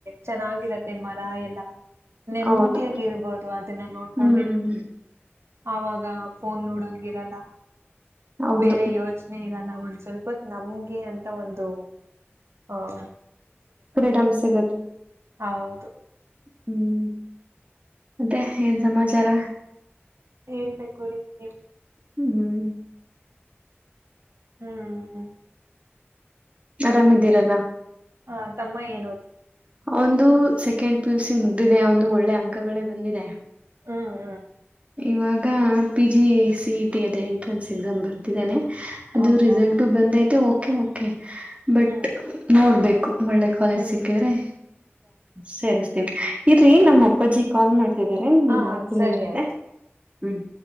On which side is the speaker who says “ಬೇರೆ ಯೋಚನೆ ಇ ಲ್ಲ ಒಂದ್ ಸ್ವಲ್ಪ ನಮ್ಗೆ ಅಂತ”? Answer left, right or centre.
Right